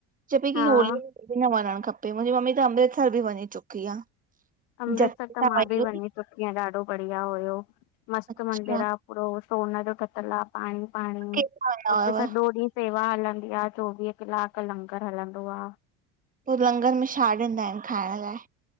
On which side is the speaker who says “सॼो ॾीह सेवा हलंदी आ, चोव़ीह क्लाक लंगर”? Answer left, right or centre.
Left